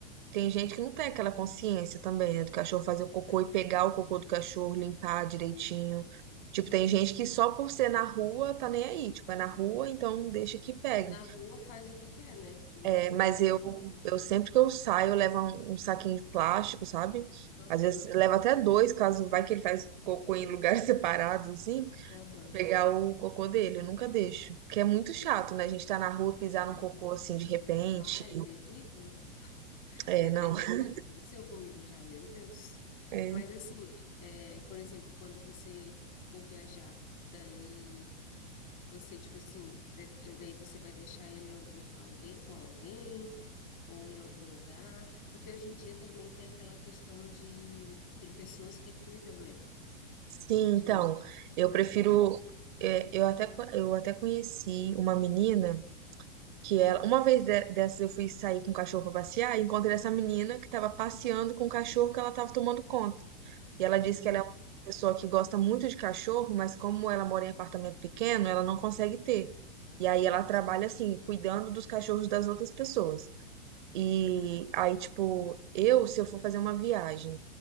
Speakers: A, on the right; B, on the left.
A: tem gente que não tem aquela consciência também, né, do cachorro fazer o cocô
B: Não.
A: e pegar o cocô do cachorro, limpar direitinho. Tipo, tem gente que só por ser na rua tá nem aí, tipo, é na rua, então deixa que pegue.
B: É Na rua faz o que quer, né? E não,
A: É,
B: não
A: mas
B: é
A: eu,
B: assim, né?
A: eu sempre que eu saio, eu levo um, um saquinho de plástico, sabe?
B: Aham.
A: Às vezes leva até dois, caso vai que ele faz cocô em lugares <laughs> separados, assim,
B: Aham.
A: pra pegar o cocô dele, eu nunca deixo. Porque é muito chato, né? A gente tá na rua pisar num
B: É.
A: cocô assim de repente.
B: Ah, é terrível.
A: É,
B: É
A: não.
B: terrível.
A: <laughs>
B: Aconteceu comigo já, meu Deus.
A: É.
B: Mas assim, é, por exemplo, quando você for viajar, daí. Você, tipo assim, pre- eh, daí você vai deixar ele em algum, alguém, com alguém ou em algum lugar, porque hoje em dia também tem aquela questão de tem pessoas que cuidam, né,
A: Sim,
B: de,
A: então, eu prefiro.
B: de cachorro.
A: é, eu até, co- eu até conheci uma menina que ela. Uma vez de- dessas eu fui sair com o cachorro pra passear e encontrei essa menina que tava passeando com o cachorro que ela tava tomando conta. E ela disse
B: Uhum.
A: que ela é uma pessoa que gosta muito de cachorro, mas como ela mora em apartamento pequeno, ela não consegue ter. E aí ela trabalha
B: Sim,
A: assim, cuidando dos cachorros das outras pessoas. E aí, tipo, eu, se eu for fazer uma viagem.